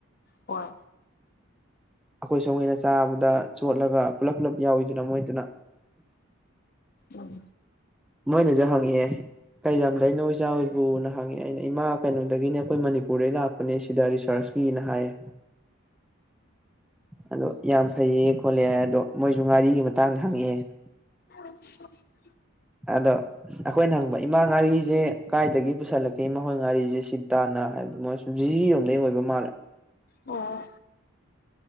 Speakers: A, on the left; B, in the centre.
A: ꯍꯣꯏ
B: ꯑꯩꯈꯣꯏ ꯁꯣꯝꯒꯤꯅ ꯆꯥꯕꯗ ꯆꯣꯠꯂꯒ ꯄꯨꯂꯞ ꯄꯨꯜꯂꯞ ꯌꯥꯎꯋꯤꯗꯅ ꯃꯣꯏꯗꯨꯅ
A: ꯎꯝ
B: ꯃꯣꯢꯅꯖꯨ ꯍꯪꯉꯛꯑꯦ ꯀꯩ ꯂꯝꯗꯩꯅꯣ ꯏꯆꯥ ꯍꯣꯏꯕꯨꯅ ꯍꯪꯉꯛꯑꯦ ꯑꯩꯅ ꯏꯃꯥ ꯀꯩꯅꯣꯗꯒꯤꯅꯦ ꯑꯩꯈꯣꯏ ꯃꯅꯤꯄꯨꯔꯗꯩ ꯂꯥꯛꯄꯅꯦ ꯁꯤꯗ ꯔꯤꯁ ꯁꯔꯁꯀꯤꯅ ꯍꯥꯏꯌꯦ ꯑꯗꯣ ꯌꯥꯝ ꯐꯩꯌꯦ ꯈꯣꯠꯂꯦ ꯍꯥꯢ ꯑꯗꯣ ꯃꯣꯏꯖꯨ ꯉꯥꯔꯤꯒꯤ ꯃꯇꯥꯡꯗ ꯍꯪꯉꯛꯑꯦ
A: <inaudible>
B: ꯑꯗꯣ ꯑꯩꯈꯣꯏꯅ ꯍꯪꯕ ꯏꯃꯥ ꯉꯥꯔꯤꯖꯦ ꯀꯥꯏꯗꯒꯤ ꯄꯨꯁꯜꯂꯛꯀꯦ ꯏꯃꯥ ꯍꯣꯏ ꯉꯥꯔꯤꯖꯦ ꯁꯤ ꯇꯥꯅ ꯍꯥꯏꯕꯗꯨ ꯃꯣꯏꯁꯨ ꯖꯤꯔꯣꯝꯗꯩ ꯑꯣꯏꯕ ꯃꯥꯜꯂꯦ
A: ꯑꯣ